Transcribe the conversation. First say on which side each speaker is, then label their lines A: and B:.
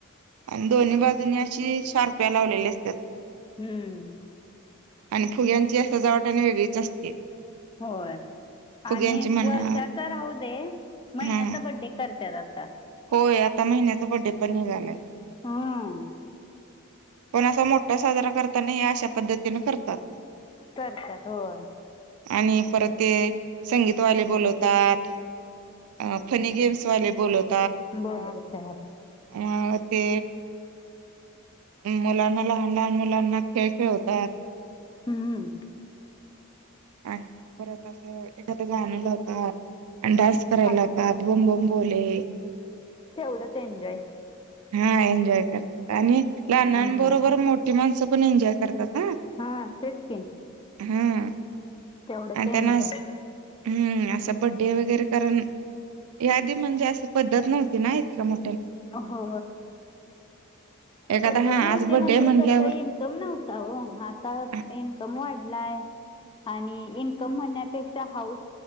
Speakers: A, on the right; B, on the left.
A: आणि दोन्ही बाजूननी अशी शार्प्या लावलेली असतात
B: हम्म
A: आणि फुग्यांची सजावट आणि वेगळीच असते
B: होय
A: फुग्यांची
B: आणि
A: म्हणा
B: वर्षाचा राहू दे महिन्याचा
A: हा
B: बड्डे करतत आता
A: होय आता महिन्याचा बड्डे पण निघालाय
B: हां
A: पण असा मोठा साजरा करताना हे अशा पद्धतीने करतात
B: करतात होय
A: आणि परत ते संगीतवाले बोलवतात अ फनी गेम्स वाले बोलत
B: ब हो ते
A: ह ते मुलांना लहान लहान मुलांना खेळ खेळतात
B: हम्म हम्
A: आणि पररतं एखादं गाण ला होतात आणि डान्स करायला
B: असं
A: होतात बंबं बोलें
B: तेवढंच एन्जॉय
A: हा एन्जॉय करतात आणि लहनांबरोबर
B: हम्म
A: मोठी माणसं पण एन्जॉय करतात हा
B: हा तेच की
A: हम्
B: तेवढंच
A: आणि
B: एन्जॉय
A: त्यांना हम्म असं बड्डे वगैरे कारण यादीी म्हणजे असं पद्धत नव्हती ना इतक म
B: हो
A: एखादा
B: पद्धत
A: हा
B: नव्हती
A: आज बड्डे
B: म्हणजे
A: म्हणल्यावर
B: कस येईल म नव्हता हो आता
A: हा
B: इन्कम वाढलाय आणि इन क्कम म्हणण्यापेक्षा हाऊस